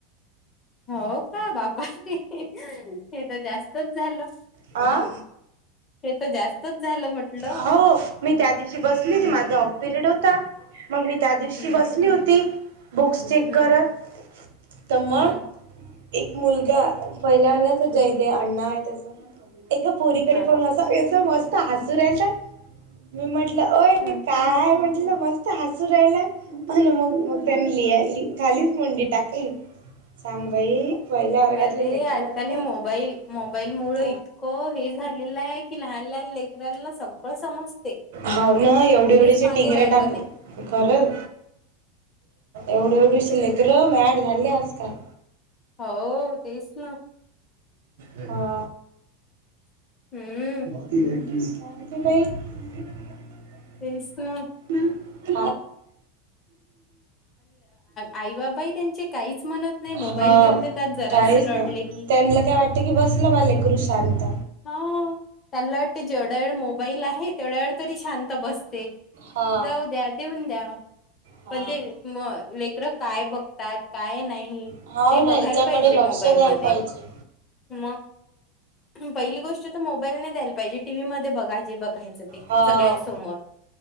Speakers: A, on the left; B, on the right.
A: हो का, बापा हे तर जास्तच झालं
B: आ
A: हे तर जास्तच झालं म्हटलं.
B: हो मी त्या दिवशी बसली होती, माझा ऑफ पिरियड होता, मग मी त्या दिवशी
A: हम्म
B: बसली होती. बुक्स चेक
A: हम्म
B: करत. तर मग
A: हम्म
B: एक मुलगा, पहिल्या वर्गाच जयते आडनाव आहे त्याच. एका पोरीकडे
A: हा.
B: पाहून अस मस्त हसू राहिला होता. मी म्हंटलं ओय
A: हम्म
B: काय आहे म्हण. मस्त हसू राहिला मगं मगं त्याना
A: हम्म
B: लि ल खालीच मुंडी टाकली. सांग बाई पहिल्या वर्गातले
A: अरे
B: लेकरं.
A: आजकाल हे मोबाईल
B: <inaudible>
A: मोबाईल मुळ इतकं हे झालेलं आहे की लहान लहान लेकरांना सगळं समजते.
B: हाव ना एवढे
A: कोणीच
B: एवढीचे
A: मागे
B: टिंगरे
A: राहिलं
B: टग
A: नाही
B: खरं एवढी एवढीशी लेकरं मॅड झाली आजकाल.
A: हो तेच ना.
B: हा.
A: हम्!
B: <inaudible>
A: तेच ना.
B: <inaudible>
A: आई बाबाही त्यांचे काहीच म्हणत नाही मोबाईल
B: हा
A: देऊन देतात जरासे
B: काहीच
A: रडले
B: ना
A: की
B: त्यांला काय वाट त की बसले बघ लेकरू शांत.
A: हा त्यांना वाटते जेवढ्या वेळ मोबाईल आहे तेवढ्या वेळ तरी शांत बसते.
B: हा
A: जाऊ द्या. देऊन द्या.
B: हा
A: पण ते मगं लेकर काय बघतात काय नाही.
B: हाव
A: ते
B: ना
A: बघायला
B: याच्याकडे
A: पाहिजे
B: लक्ष
A: मोबाईल
B: द्यायला
A: मध्ये
B: पाहिजे.
A: मगं. पहिली गोष्ट तर मोबाईल नाही द्यायला पाहिजे टीव्ही मध्ये बघा जे बघायच.
B: हा.
A: सगळ्यांसमोर,